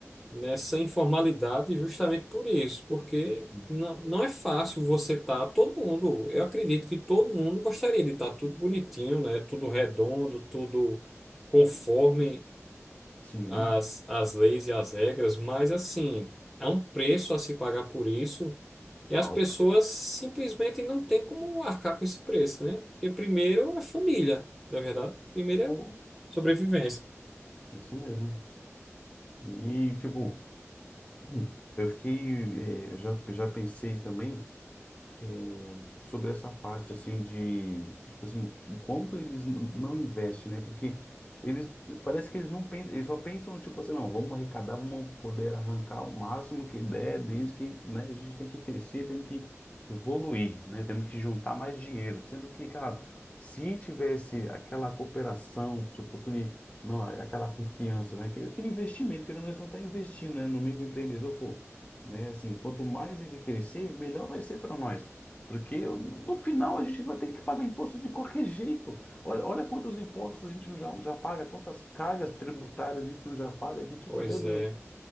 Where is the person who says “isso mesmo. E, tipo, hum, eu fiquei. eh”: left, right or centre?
Left